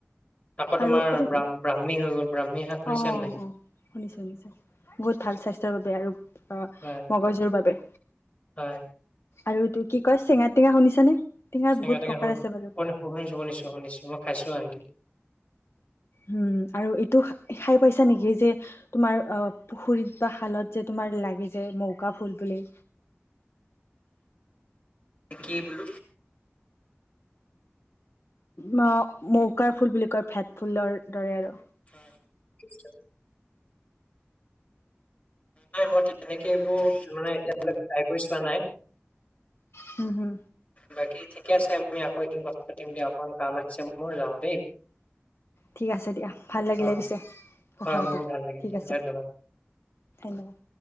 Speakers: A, on the left; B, on the left.
A: আকৌ তোমাৰ
B: আৰু এইটো
A: ব্ৰাহ্মী হৈ গ'ল। ব্ৰাহ্মী শাক শুনিছা
B: অ',
A: নে নাই?
B: অ' শুনিছোঁ, শুনিছোঁ বহুত ভাল স্বাস্থ্যৰ বাবে আৰু
A: হয়
B: মগজুৰ বাবে।
A: হয়।
B: আৰু তোৰ কি কয় চেঙা টেঙা শুনিছানে? টেঙাৰ
A: চেঙা
B: বহুত
A: টেঙা
B: প্ৰকাৰ
A: সুন-সুণ-শুনিছোঁ
B: আছে বাৰু
A: শুনিছোঁ শুনিছোঁ, মই খাইছোঁ আনকি।
B: হুম, আৰু এইটো খাই পাইছা নেকি যে তোমাৰ অ' পুখুৰীত বা শালত যে তুমি মাৰ লাগি যে মৌকা ফুল বুলি।
A: কি বোলো?
B: ম-মৌকাৰ ফুল বুলি কয়, ভেট ফুলৰ দৰে আৰু।
A: <unintelligible> নাই মই তেনেকে এইবোৰ মানে এতিয়া ট্ৰাই কৰি চোৱা নাই।
B: হু, হুম।
A: বাকী ঠিকে আছে, আমি আকৌ এদিন কথা পাতিম দিয়া, অকণমান কাম আহিছে মোৰ যাওঁ দেই।
B: ঠিক আছে দিয়া। ভাল লাগিলে
A: অ
B: পিছে। কথা
A: হয়
B: পাতি,
A: মোৰো ভাল লাগিল
B: ঠিক
A: দিয়া,
B: আছে
A: ধন্যবাদ।
B: ধন্যবাদ।